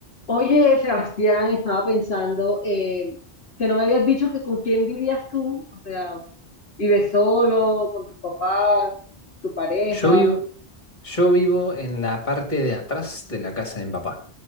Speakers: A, on the left; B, on the left.
A: Oye, Sebastián, estaba pensando eh, que no me habías dicho que con quién vivías tú, o sea, ¿vives solo, con tus papás, tu pareja?
B: Yo vivo, yo vivo en la parte de atrás de la casa de mi papá.